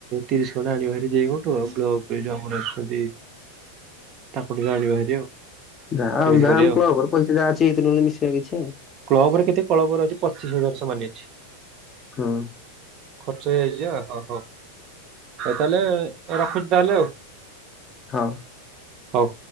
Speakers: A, on the right; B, on the left.
A: ତିରିଶ ଖଣ୍ଡେ ଆଣିବାରି ଯେଇଗୋଠୁ ଆଉ ବ୍ଲକ ରେ ଯୋଉ ଆମର ଅଛନ୍ତି ତାକୁଠିକେ ଜାଣିବା ଭାରି ଆଉ
B: ଧ
A: ଏମିତି
B: ଧାମ
A: କରିବା ଆଉ
B: କ ଘର ପଇସା ଯାହା ଅଛି ଏଇ ନହେଲେ ମିଶିବା କିଛି ଆଉ।
A: କ୍ଳବରେ କେତେ କଳବର ଅଛି ପଚିଶ ହଜାର ସମାନ ଅଛି।
B: ହଁ।
A: ଖର୍ଚ୍ଚ ହେଇଯାଇଚି ପା ହଁ ହଉ ହଉ ତାହେଲେ ରଖୁଚି ତାହେଲେ ଆଉ।
B: ହଁ।
A: ହଉ।